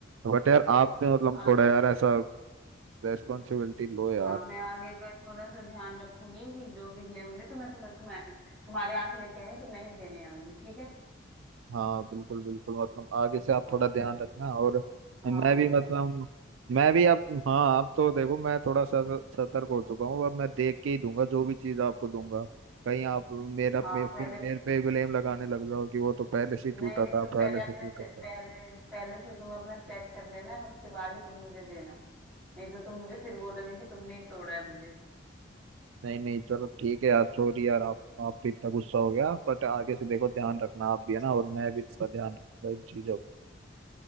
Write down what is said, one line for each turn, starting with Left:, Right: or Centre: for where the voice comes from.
Right: बट यार आप भी मतलब
Centre: हाँ
Right: थोड़ा यार ऐसा रेस्पॉन्सिबिलिटी लो यार
Centre: हाँ मैं आगे का थोड़ा सा ध्यान रखूंगी कि जो भी ले होंगे तो मैं तुम्हें तुम्हें तुम्हारे यहाँ से लेके आई हूँ तो मैं ही देने आऊंगी ठीक है
Right: हाँ बिल्कुल बिल्कुल मतलब आगे से आप
Centre: हाँ
Right: थोड़ा ध्यान
Centre: मैं
Right: रखना और
Centre: हाँ
Right: मैं भी
Centre: मुझे
Right: मतलब मैं भी अब हाँ अब तो देखो मैं थोड़ा सतर- सतर्क हो चुका हूँ अब मैं देख के ही दूंगा जो भी चीज़ आपको दूंगा कहीं आप मेरा
Centre: हाँ
Right: मे, फिर
Centre: पहले
Right: मेरे पे ब्लेम लगाने लग जाओ कि वो तो पहले से ही
Centre: नहीं
Right: टूटा
Centre: नहीं
Right: था
Centre: तुम पहले
Right: पहले
Centre: अपने
Right: से टूटा
Centre: से-
Right: था
Centre: पहले पहले से तुम अपना चेक कर लेना उसके बाद ही तुम मुझे देना नहीं तो तुम मुझे फिर बोलोगे कि तुमने ही तोड़ा है मुझे
Right: नहीं नहीं चलो ठीक है यार सॉरी यार आप आप पे इतना गुस्सा हो गया बट आगे से देखो ध्यान रखना आप भी है ना और मैं भी थोड़ा ध्यान रखूंगा इन चीज़ों का